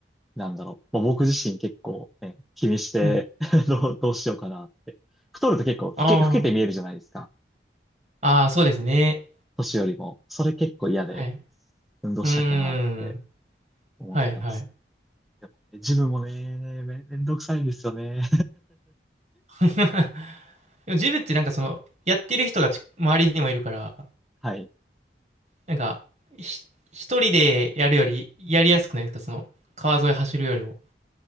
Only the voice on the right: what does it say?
はい。
ああ。
ああ、そうですね。
はい。
うーん。
はいはい。
<laughs> でもジムってなんかその、やってる人がち周りにもいるから、
なんか、ひ、一人でやるよりやりやすくないですかその、川沿い走るよりも。